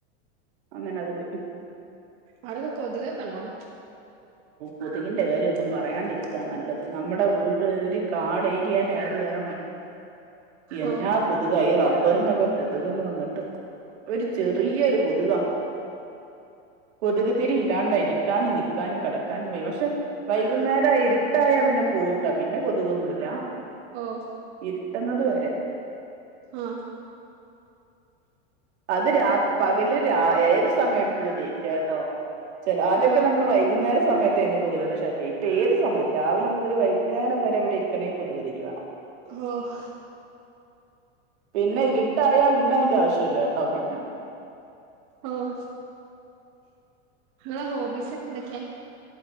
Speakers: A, on the right; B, on the right.
A: അങ്ങനത് പോയി
B: അവിടൊക്കെ കൊതുകൊക്കെ ഇണ്ടോ
A: കൊതുകിന്റെ കാര്യം ഒന്നും പറയാണ്ടിരിക്കാ നല്ലത് നമ്മടെ വീ ട് ഒരു കാട് ഏരിയല് ആയത് കാരണവേ എന്നാ
B: ഓ
A: കൊതുകാ ഈ റബ്ബറിന്നൊക്കെ കൊതുക്ന്ന് വന്നിട്ട് ഒരു ചെറിയൊരു
B: ഉം
A: കൊതു തുകാണ് കൊതുക് തിരി ഇല്ലാണ്ട് ഇരിക്കാനും നിക്കാനും കെടക്കാനും വയ്യാ പഷേ വൈകുന്നേരായി ഇരുട്ടായാ പിന്നെ പോവുട്ടോ പിന്നെ കൊതുകൊന്നുവില്ല
B: ഓഹ്
A: ഇര്ട്ട്ന്നതുവരെ
B: ആഹ്
A: അത് രാത് പകല് രാ ഏതു സമയ <unintelligible> ഇല്ലട്ടോ ചെല ആദ്യക്കെ
B: ആ
A: നമ്മള് വൈകുന്നേര സമയ ത്തെന്ന് കൊതുകിന്റെ ശല്യേ ഇപ്പ ഏത് സമയത്തും രാവിലെ മുതല് വൈകുന്നേരം വരെ ഇവടെ ഇരിക്കണേ കൊത്ക് തിരി വേണം.
B: ഓഹ്
A: പിന്നെ ഇര്ട്ടായാ പിന്നെ അയിന്റെ ആവശ്യല്ല്യട്ടോ പിന്നാ
B: ഓഹ് ഇങ്ങളെ ഹോബീസെക്കെ എന്തക്കെയാ